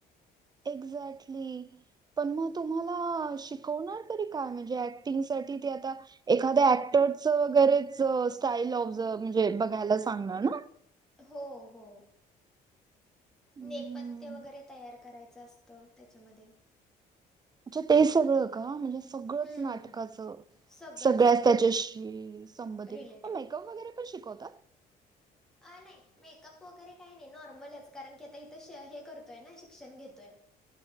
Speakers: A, on the right; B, in the centre.
A: एक्झॅक्टली पण मग तुम्हाला शिकवणार तरी काय? म्हणजे ऍक्टिंग साठी ते आता एखाद्या ऍक्टरच गैरेच स्टाईल ऑफजर म्हणजे बघायला सांगणार ना?
B: हो हो
A: हम्म.
B: नेपथ्य वगैरे ते तयार करायचं असतं. त्याच्यामध्ये
A: अच्छा! ते सगळं का? म्हणजे सगळंच
B: हं.
A: नाटकाच
B: सगळं,
A: सगळ्याच
B: सगळंच
A: त्याच्याशी संबंधित
B: रिलेटेड.
A: म मेकअप वगैरे पण शिकवतात.?
B: आ नाही. मेकअप वगैरे काही नाही. नॉर्मलच कारण की आता इथं हे करतोय. ना शिक्षण घेतोय.